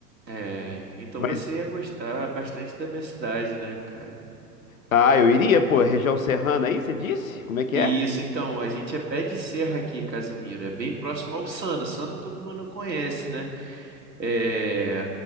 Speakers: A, on the right; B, on the left.
A: é. Então
B: Mas,
A: você ia gostar bastante da minha cidade, né, cara?
B: ah, eu iria, pô, região serrana aí, você disse? Como é que
A: Isso,
B: é?
A: então, a gente é pé de serra aqui, Casimiro. É bem próximo ao Sana. Sana todo mundo conhece, né? É,